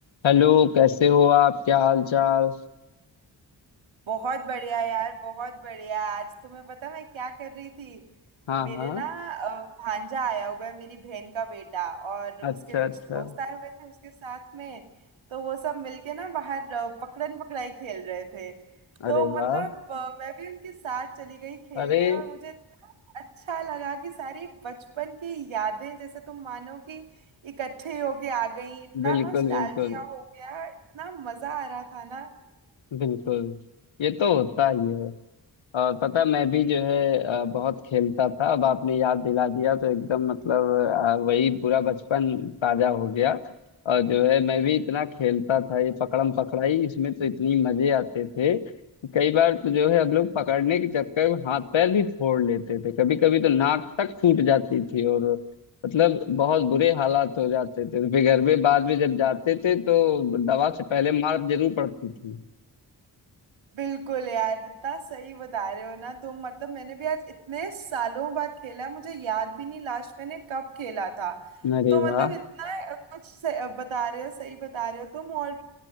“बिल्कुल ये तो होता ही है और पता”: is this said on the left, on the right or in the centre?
Left